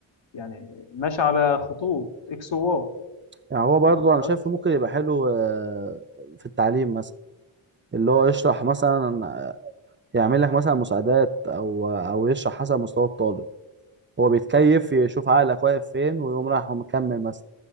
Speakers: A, on the left (about 65°); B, on the right (about 25°).
A: يعني ماشي على خطوط اكس وواي
B: يعني هو برضو
A: متقدرش-
B: انا شايفه ممكن يبقى حلو آه، في التعليم مثلا اللي هو يشرح مثلا آه، يعمل لك مثلا مساعدات او آه، او يشرح حسب مستوى الطالب هو بيتكيف يشوف عقلك واقف فين ويقوم رايح ومكمل مثلا